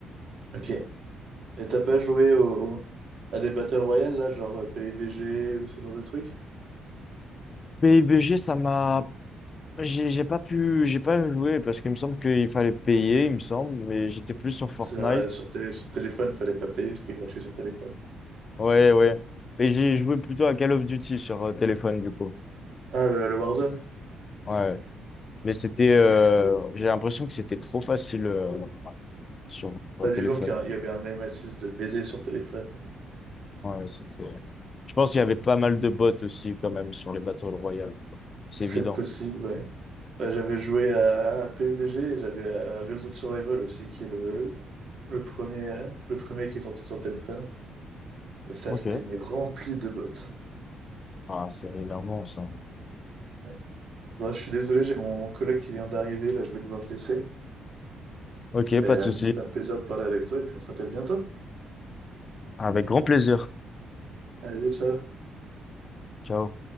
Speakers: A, on the right; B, on the left.
A: Ok. Et t'as pas joué au, à des Battle Royale, là, genre euh, PUBG ou ce genre de truc?
B: PUBG, ça m'a. J'ai j'ai pas pu, j'ai pas joué parce qu'il me semble qu'il fallait payer, il me semble, mais j'étais plus sur Fortnite.
A: Sur, euh, sur télé, sur téléphone, fallait pas payer, c'était gratuit sur téléphone.
B: Ouais, ouais. Et j'ai joué plutôt à Call of Duty sur euh, téléphone, du coup.
A: Ah, le, le Warzone?
B: Ouais. Mais c'était, euh, j'ai l'impression que c'était trop facile euh, sur mon
A: Bah,
B: téléphone.
A: disons qu'il y a- il y avait un aim assist de baiser sur téléphone.
B: Ouais, c'était... Je pense qu'il y avait pas mal de bots aussi quand même sur les Battle Royale. C'est
A: C'est
B: évident.
A: possible, ouais. Bah, j'avais joué à, à PUBG et j'avais à, à Rules of Survival aussi, qui est le, le premier, euh, le premier qui est sorti sur téléphone. Et ça,
B: Ok.
A: c'était mais rempli de bottes.
B: Ah, c'est énorme ça.
A: Ouais. Bon, je suis désolé, j'ai mon, mon collègue qui vient d'arriver, là, je vais devoir te laisser.
B: Ok,
A: Mais
B: pas
A: euh,
B: de souci.
A: c'était un plaisir de parler avec toi et puis on se rappelle bientôt.
B: Avec grand plaisir.
A: Allez, ciao.
B: Ciao.